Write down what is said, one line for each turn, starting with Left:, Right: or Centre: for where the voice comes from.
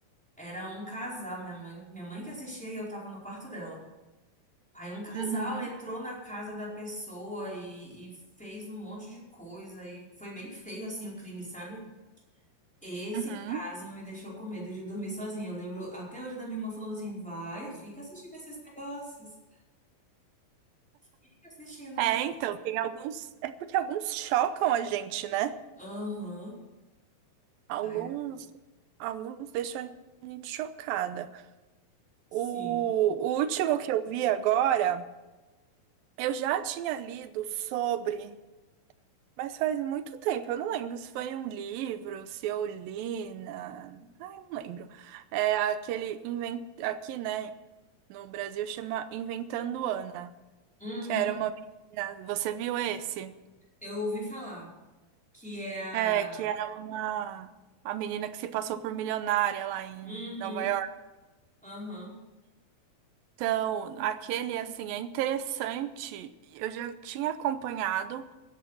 Centre: Era um casal, minha mãe, minha mãe que assistia e eu tava no quarto dela. Aí um casal
Right: uhum,
Centre: entrou na casa da pessoa e, e fez um monte de coisa e foi bem feio assim o crime, sabe? Esse
Right: uhum.
Centre: caso me deixou com medo de dormir sozinha. Eu lembro até hoje da minha irmã falando assim: vai, fica assistindo esses negócios. Fica assistindo
Right: É,
Centre: mesmo.
Right: então, tem alguns. É porque alguns chocam a gente, né?
Centre: Aham.
Right: Alguns,
Centre: Ai,
Right: alguns deixam a gente chocada.
Centre: sim.
Right: O, o último que eu vi agora, eu já tinha lido sobre, mas faz muito tempo, eu não lembro se foi em um livro, se eu li na. Ai, não lembro. É aquele invent... aqui, né? No Brasil chama Inventando Ana,
Centre: Uhum.
Right: que era uma menina. Você viu esse?
Centre: Eu ouvi falar que é a.
Right: É, que era uma a menina que se passou por milionária lá em
Centre: Uhum.
Right: Nova York.
Centre: Aham.
Right: Então, aquele assim é interessante. Eu já tinha acompanhado